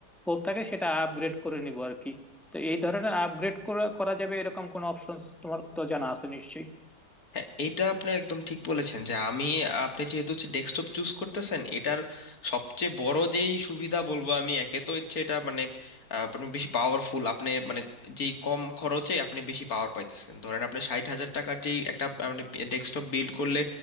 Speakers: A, in the centre; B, on the left.
A: হোক থাকে সেটা আপগ্রেড করে নিব আর কি তো এই ধরনের আপগ্রেড করা করা যাবে এরকম কোনো অপশনস তোমার তো জানা আছে নিশ্চয়ই
B: হ্যাঁ এটা আপনি একদম ঠিক বলেছেন যে আমি আপনি যেহেতু হচ্ছে ডেস্কটপ চুজ করতেছেন এটার সবচেয়ে বড় যেই সুবিধা বলবো আমি একে তো হচ্ছে এটা মানে আহ, আপনি বেশি পাওয়ারফুল আপনি মানে যেই কম খরচে আপনি বেশি পাওয়ার পাইতেছেন ধরেন আপনি ষাট হাজার টাকার যেই একটা আহ, মানে ডেস্কটপ বিল্ড করলে